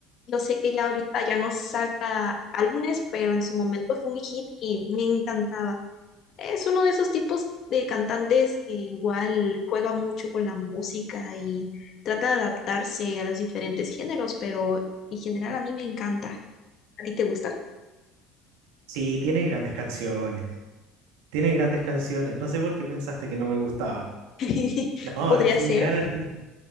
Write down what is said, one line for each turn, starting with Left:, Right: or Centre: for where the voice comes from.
Left: Yo sé que ya ahorita ya no saca álbumes, pero en su momento fue un hit y me encantaba. Es uno de esos tipos de cantantes que igual juega mucho con la música y trata de adaptarse a los diferentes géneros, pero en general a mí me encanta. ¿A ti te gusta?
Right: Sí, tiene grandes canciones, tiene grandes canciones. No sé por qué pensaste que no me gustaba.
Left: <laughs>
Right: No,
Left: Podría
Right: es un
Left: ser.
Right: gran artista.